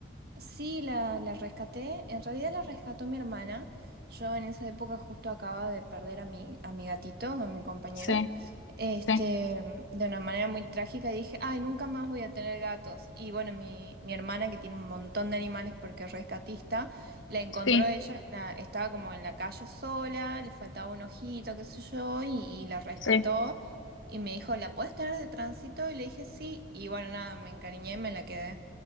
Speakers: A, on the right; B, on the left.
A: Sí, la, la rescaté. En realidad la rescató mi hermana. Yo en esa época justo acababa de perder a mi, a mi gatito, a mi compañero.
B: Sí,
A: este,
B: sí,
A: de una manera muy trágica, y dije, ay, nunca más voy a tener gatos. Y bueno, mi, mi hermana, que tiene un montón de animales porque es rescatista, la encontró
B: sí,
A: ella, en la, estaba como en la calle sola, le faltaba un ojito, qué sé yo, y, y la rescató.
B: sí,
A: Y me dijo, ¿la puedes tener de tránsito? Y le dije, sí. Y bueno, nada, me encariñé y me la quedé.